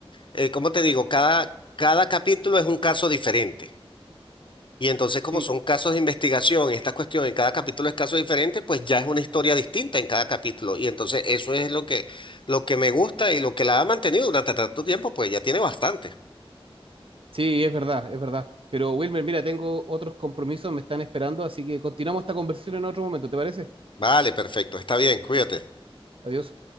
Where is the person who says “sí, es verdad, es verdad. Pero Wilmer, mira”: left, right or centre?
Right